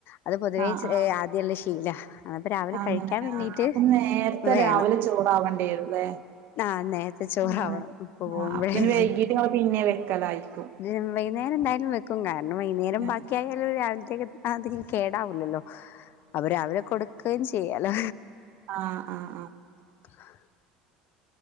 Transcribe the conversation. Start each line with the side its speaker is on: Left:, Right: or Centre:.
Left: അത് പൊതുവേ
Right: ആഹ്
Left: ഇച്ചിരി
Right: ആഹ്
Left: ആദ്യുള്ള ശീല അതപ്പ രാവിലെ
Right: അങ്ങനെ
Left: കഴിക്കാൻ
Right: ആഹ്
Left: വേണ്ടീട്ട്
Right: അപ്പം നേരത്തെ
Left: വേണം
Right: രാവിലെ ചോറാവണ്ടിവരുല്ലേ
Left: ആ നേരത്തെ ചോറാവണം
Right: ആഹ്
Left: ഇപ്പ പോകുമ്പോഴേക്ക്
Right: ആഹ് അപ്പൊ പിന്നെ വൈകീട്ട് ഇങ്ങള് പിന്നെ വെക്കലായിരിക്കും
Left: എ വൈകുന്നേരം എന്തായാലും വെക്കും കാരണം വൈകുന്നേരം
Right: ആഹ്
Left: ബാക്കിയ ആയാലും രാവിലത്തേക്ക്എടു ആ അതം കേടാവൂല്ലല്ലോ അവര് അവരെ കൊടുക്കുകയും ചെയ്യാലോ
Right: ആഹ ആഹ് ആഹ
Left: <inaudible>